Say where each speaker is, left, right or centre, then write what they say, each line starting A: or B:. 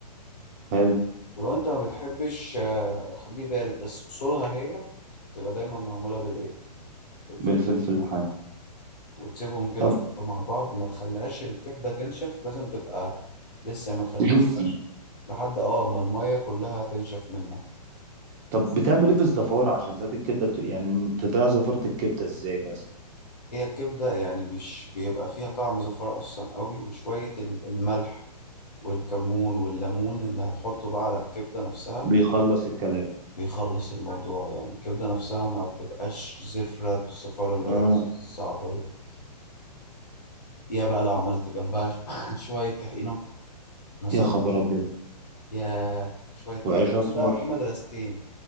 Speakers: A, on the right (about 25°); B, on the left (about 70°).
A: حلو
B: ولو انت ما بتحبش آه، خليه بارد بس اصولها هي بتبقى دايما معموله بالايه بالفلفل
A: بالفلفل
B: الحامي
A: الحامي
B: وتسيبهم كده
A: طب
B: حبة مع بعض ما تخليهاش الكبدة تنشف لازم تبقى لسه يعني ما تخل... ما
A: جوسي
B: تسيبهاش لحد اه ما المية كلها تنشف منها
A: طب بتعمل ايه في الزفاره عشان زيت الكبده ت- يعني تضيع زفاره الكبده ازاي مثلا
B: هي الكبدة يعني مش بيبقى فيها طعم زفارة أصلا قوي وشوية ال- الملح والكمون والليمون اللي هتحطه بقى على الكبدة نفسها
A: بيخلص الكلام
B: بيخلص الموضوع يعني الكبدة نفسها ما بتبقاش زفرة بالزفارة اللي
A: اه
B: هي صعبة دي. يا بقى لو عملت جنبها <laughs> شوية طحينة مثلا
A: يا خبر ابيض
B: يا شوية طحينة
A: وعيش اسمر
B: في بقى في مدرستين